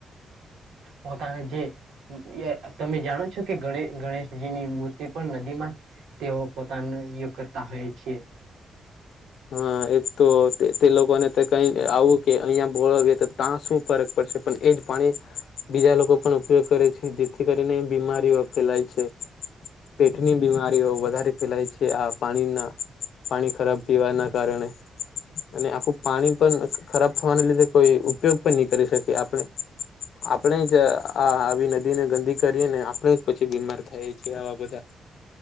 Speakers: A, on the right; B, on the left.
A: પોતાના જે. એ તમે જાણો છો કે ગ ગણેશજીની મૂર્તિ પણ નદી માં તેઓ પોતાનું યો કરતા હોય છે.
B: હા એક તો તે લોકોને તો કઈ આવું કે અહીંયા ભોળવી તો તા શું ફરક પડશે પણ એજ પાણી બીજા લોકો પણ ઉપયોગ કરે છે. જેથી કરીને બીમારીઓ ફેલાય છે. પેટની બીમારીઓ વધારે ફેલાય છે. આ પાણીના પાણી ખરાબ પીવાના કારણે. અને આખું પાણી પણ ખરાબ થવાને લીધે કોઈ ઉપયોગ પણ ની કરી શકે આપણે. આપણે જ આ આવી નદીને ગંદી કરીએ ને આપણે જ પછી બીમાર થાયએ છીએ. આવા બધા